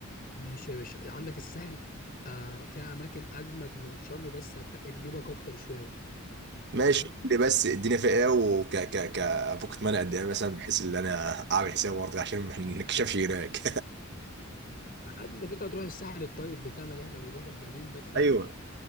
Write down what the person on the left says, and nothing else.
ماشي يا باشا عندك الساحل آه فيها اماكن اجمد من شرم بس هتقل جيبك اكتر شويه
فاهم
عادي انت كده كده هتروح الساحل الطيب بتاعنا اللي احنا بنروحه الجميل ده فاهم